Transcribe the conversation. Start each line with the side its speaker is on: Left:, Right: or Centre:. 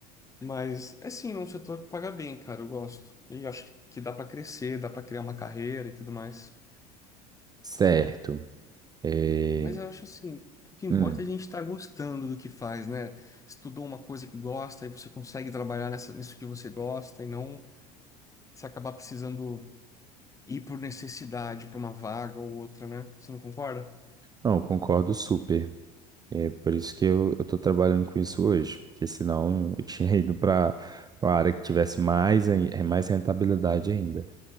Left: Mas é sim, um setor que paga bem, cara, eu gosto. E acho que dá pra crescer, dá pra criar uma carreira e tudo mais.
Right: Certo. É,
Left: Mas eu acho assim, o que importa
Right: hum,
Left: é a gente estar gostando do que faz, né? Estudou uma coisa que gosta e você consegue trabalhar nessa, nisso que você gosta e não se acabar precisando ir por necessidade pra uma vaga ou outra, né? Você não concorda?
Right: não, concordo super. É por isso que eu, eu tô trabalhando com isso hoje, porque senão eu tinha <laughs> ido para uma área que tivesse mais, ai- eh, mais rentabilidade ainda.